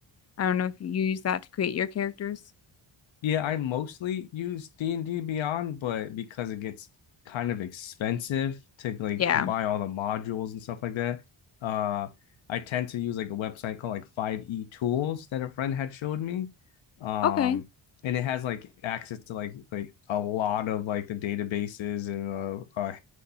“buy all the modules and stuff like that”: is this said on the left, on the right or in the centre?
Left